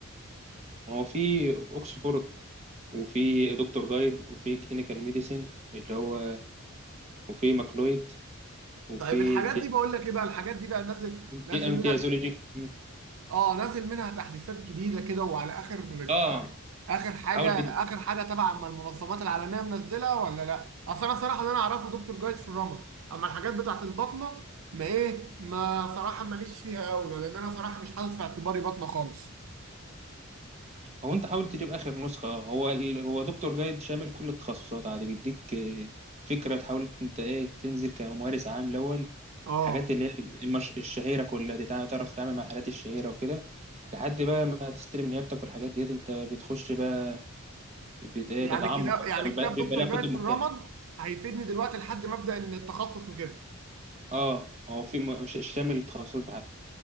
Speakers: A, on the right; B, on the right.
A: هو في أوكسفورد وفي دكتور جايد وفي كلينيكال ميديسين اللي هو وفي ماكلويد وفي
B: طيب الحاجات دي بقول لك ايه بقى الحاجات دي بقى نازل نازل
A: في امتيازولوجي
B: منها اه نازل منها تحديثات جديده كده وعلى اخر
A: اه
B: اخر حاجه
A: حاول تجيب
B: اخر حاجه تبع اما المنظمات العالميه منزله ولا لا اصل انا صراحه اللي انا اعرفه دكتور جايد في الرمد اما الحاجات بتاعت البطنه ما ايه ما صراحه ماليش فيها قوي لان انا صراحه مش حاطط في اعتباري بطنه خالص
A: هو انت حاول تجيب اخر نسخه آه. هو ال... هو دكتور جايد شامل كل التخصصات عادي بيديك آه، فكره تحاول انت ايه تنزل كممارس عام الاول
B: اه
A: الحاجات اللي هي المش... الشهيره كلها دي تع- تعرف تتعامل مع الحالات الشهيره وكده لحد بقى ما تستلم نيابتك والحاجات ديت انت بتخش بقى بت... إيه،
B: يعني
A: تتعمق
B: كتاب يعني
A: اكتر بيبقى
B: كتاب
A: بيبقى
B: دكتور
A: لها كتب
B: جايد في
A: مختلفه
B: الرمد هيفيدني دلوقتي لحد ما ابدا ان التخصص وكده
A: اه هو في م- ش- شامل التخصصات بحالها